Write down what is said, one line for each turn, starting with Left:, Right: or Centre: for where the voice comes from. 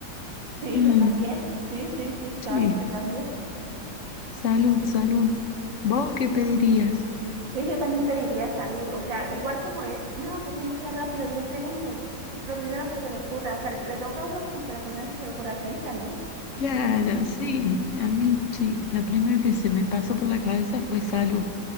Right: Sí,
Left: Mm,
Right: yo también. Sí, sí, sí, claro,
Left: sí,
Right: yo también.
Left: salud, salud. ¿Vos qué pedirías?
Right: Sí, yo también pediría salud. O sea, igual como es, no, que tiene que ser rápido, 10 segundos. Lo primero que se le ocurra. O sea, le, le toca a uno como que lo primero que se le ocurra, sí, salud.
Left: Claro,
Right: Sí.
Left: sí,
Right: Mm,
Left: a mí sí. La primera que se me pasó por la cabeza fue salud.